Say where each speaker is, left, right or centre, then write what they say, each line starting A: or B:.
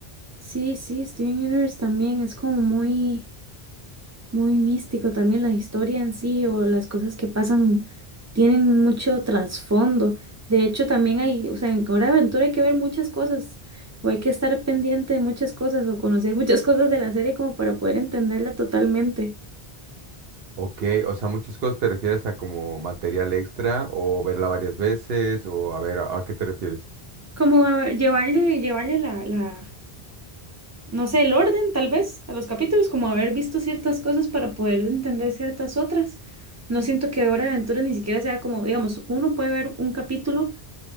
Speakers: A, on the right; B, on the right.
A: Sí, sí, Steven Universe también es como muy... Muy místico también la historia en sí o las cosas que pasan tienen mucho trasfondo. De hecho, también hay, o sea, en Hora de Aventura hay que ver muchas cosas o hay que estar pendiente de muchas cosas o conocer muchas <laughs> cosas de la serie como para poder entenderla totalmente.
B: Ok, o sea, muchas cosas te refieres a como material extra o verla varias veces o a ver, ¿a, a qué te refieres?
A: Como a ver, llevarle, llevarle la, la, no sé, el orden tal vez a los capítulos, como haber visto ciertas cosas para poder entender ciertas otras. No siento que Hora de Aventura ni siquiera sea como, digamos, uno puede ver un capítulo.